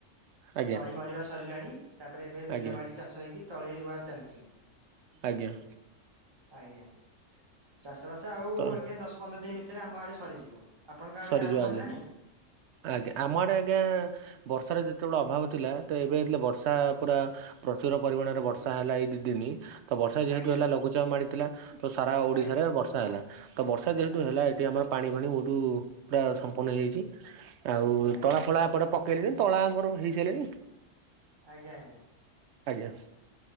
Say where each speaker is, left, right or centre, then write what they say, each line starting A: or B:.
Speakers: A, on the right (about 65°); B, on the right (about 20°).
A: ଆଜ୍ଞା
B: ତଳି ମରିବା ସରିଲାଣି ତାପରେ ଏବେ ବିଲ
A: ଆଜ୍ଞା
B: ବାଡ଼ି ଚାଷ ହେଇକି ତଳି ରୁଆ ଚାଲିଚି।
A: ଆଜ୍ଞା।
B: ଆଜ୍ଞା ଚାଷ ବାସ ଆଉ
A: ତ
B: ଆଜ୍ଞା ଦଶ୍ ପନ୍ଦର ଦିନି ଭିତରେ ଆମ ଆଡେ ସରିଯିବ। ଆପଣଙ୍କ ଆଡେ
A: ସରିଯିବ
B: ଆରମ୍ଭ
A: ଆଜ୍ଞା
B: ହେଲାଣି?
A: ଆଜ୍ଞା ଆମ ଆଡେ ଆଜ୍ଞା ବର୍ଷାରେ ଯେତେବେଳେ ଅଭାବ ଥିଲା ତ ଏବେ ଯେତେଳେ ବର୍ଷା ପୁରା ପ୍ରଚୁର ପରିମାଣରେ ବର୍ଷା ହେଲା ଏଇ ଦି ଦିନି ତ ବର୍ଷା ଯେହେତୁ
B: ଆଜ୍ଞା
A: ହେଲା ଲଘୁଚାପ ମାଡ଼ିଥିଲା ତ ସାରା ଓଡିଶାରେ
B: ଆଜ୍ଞା
A: ବର୍ଷା ହେଲା ତ ବର୍ଷା ଯେହେତୁ
B: ଆଜ୍ଞା
A: ହେଲା ଏଠି ଆମର ପାଣି ଫାଣି ବହୁତୁ ପୁରା ସମ୍ପୂଣ୍ଣ ହେଇଯାଇଚି ଆଉ
B: ଆଜ୍ଞା
A: ତଳା ଫଳା ଏପଟ ପକେଇଲେଣି ତଳା ଆମର ହେଇ ସାଇଲାଣି।
B: ଆଜ୍ଞା ଆଜ୍ଞା।
A: ଆଜ୍ଞା।